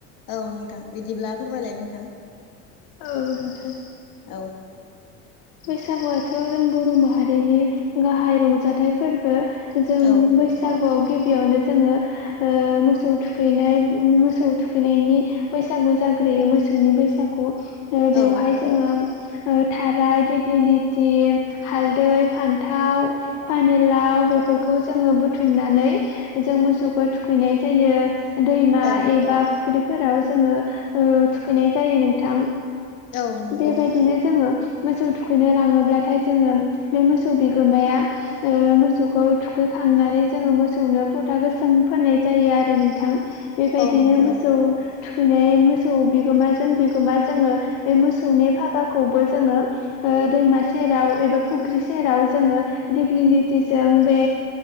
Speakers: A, on the left; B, on the left.
A: औ नोंथां बिदिब्ला फोरमायलाय नोंथां
B: औ नोंथां
A: औ
B: बैसागुआथ' जों बर' माहारिनि गाहाय रंजाथाइ फोरबो जों
A: औ
B: बैस बसागुआव गिबियावनो जोङो मोसौ थुखैनाय मोसौ थुखैनायनि बैसागु जाग्रोयो मोसौनि बैसागो ओ
A: औ
B: बेवहाय जोङो थाराइ दिग ग्लिथि हालदै फान्थाव पानिलाव बेफोरखौ जोङो बुथुमनानै जों मोसौखौ थुखैनाय जायो दैमा
A: औ
B: एबा फुख्रिफोराव जोङो थुखैनाय जायो नोंथां
A: औ नंगौ
B: बेबायदिनो
A: नोंथां
B: जोङो मोसौ थु थुखैनो लाङोब्लाथाय जोङो बे मोसौ बिगोमाया मोसौखौ थुखैखांनानै जोङो मोसौनो फथा गोसोम फोनाय जायो आरो नोंथां बेबायदिनो
A: औ नंगौ
B: मोसौ
A: नोंथां
B: थुखैनाय मोसौ बिगोमाजों बिगोमा जोङो बे मोसौनि फागाखौबो जोङो दैमा सेराव एबा फुख्रि सेराव जोङो दिग्लिथिजों बे